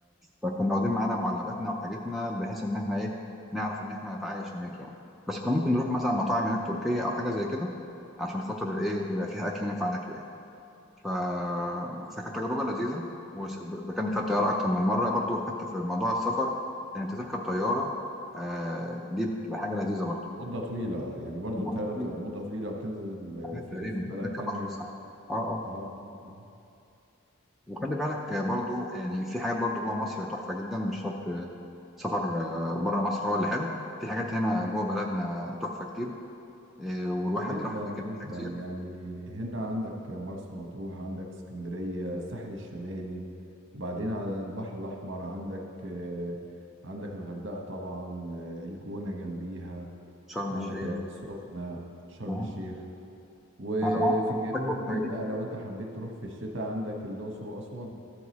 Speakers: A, in the centre; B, on the right (about 55°).
A: فكنا واخدين معانا معلباتنا وحاجتنا بحيث ان احنا ايه نعرف ان احنا نتعايش هناك يعني بس كنا ممكن نروح مثلا مطاعم هناك تركيه او حاجه زي كده عشان خاطر ايه يبقى فيها اكل ينفع ناكله يعني ف... فكانت تجربة لذيذة وركبنا فيها الطيارة أكتر من مرة برضو حتى في موضوع السفر إن أنت تركب طيارة آه دي بتبقى حاجة لذيذة برضو
B: لمدة طويلة يعني برضو
A: الموضوع
B: الطيارة
A: كبير
B: بتبقى مدة طويلة وتنزل
A: حاجات
B: في
A: تقريبا
B: في بلد
A: بتركب
B: تانية
A: 10 ساعات
B: اه
A: اه اه
B: آه، آه.
A: وخلي بالك آه، برضو يعني في حاجات برضو جوه مصر تحفة جدا مش شرط آه، سفر آه، بره مصر هو اللي حلو في حاجات هنا جوه بلدنا تحفة كتير آه، والواحد
B: جدا
A: راح أماكن
B: جدا
A: منها كتير
B: يعني هنا عندك مرسى مطروح عندك اسكندرية الساحل الشمالي وبعدين على البحر الأحمر عندك آه، عندك الغردقة طبعا آه، الجونة جنبيها
A: شرم
B: عندك
A: الشيخ
B: العين السخنة شرم
A: اه
B: الشيخ وفي
A: عايز- آه،
B: الجنوب
A: عايز-
B: بقى لو انت حبيت تروح في الشتاء عندك الأقصر وأسوان